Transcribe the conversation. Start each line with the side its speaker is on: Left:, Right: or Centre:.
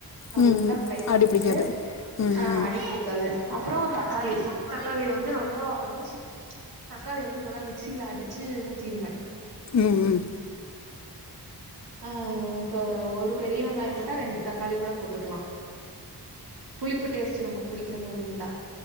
Right: நல்லா
Left: ம் ம்
Right: ஃப்ரை பண்ணிட்டு
Left: அடி பிடிக்காது ம்
Right: ஆ
Left: ம்
Right: அடிப்பிடி க்காது அப்றோ தக்காளி தக்காளி வந்து நல்லா அடிச்சு தக்காளி வந்து நல்லா மிக்சில அடிச்சு ஊத்திருங்க
Left: ம் ம்
Right: <inaudible> ஆ ஆ இப்ப ஒரு பெரிய வெங்காயோ போட்டா ரெண்டு தக்காளி கூட போட்டுக்லா புளிப்பு டேஸ்ட்டு நமக்கு பிடிக்கிறமாரி இருந்தா